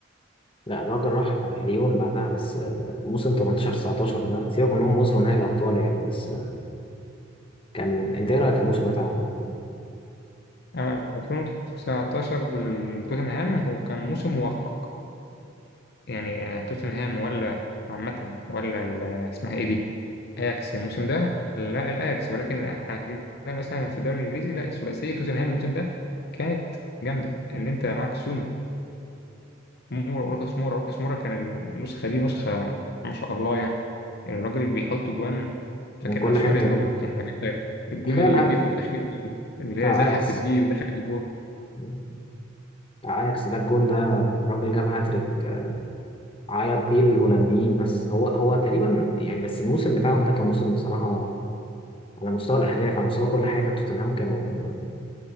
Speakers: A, on the left; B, on the left.
A: لا الراجل راح ليون بعدها بس آه، موسم 18 19 ده سيبك من ان هم وصلوا نهائي الابطال يعني بس آه، كان انت ايه رايك في الموسم بتاعهم ده
B: آه، 2019 لتوتنهام هو كان موسم موفق يعني آه، توتنهام ولا عامة ولا ال- اسمها ايه دي اياكس الموسم ده لا الاياكس ولكن احنا اتكلمنا مثلا في الدوري الانجليزي لا ثلاثية توتنهام الموسم ده كانت جامدة ان انت معاك سون مورا وروكاس مورا روكاس مورا كان النسخة دي نسخة ما شاء الله يعني الراجل اللي بيحط جوان فاكر
A: من كل
B: نفسه
A: حته
B: ارين روبن يعني حتى الجون
A: كفايه
B: اللي
A: الها
B: جه في الأخير ده اللي
A: بتاع
B: هي زحفت
A: اياكس
B: دي ودخل الجون
A: مم. بتاع اياكس ده الجون ده راجل جاب هاتريك آه، عيط بيه الهولنديين بس هو هو تقريبا يعني بس الموسم بتاعهم ده كان موسم بصراحه على مستوى الاهداف على مستوى كل حاجه توتنهام كانوا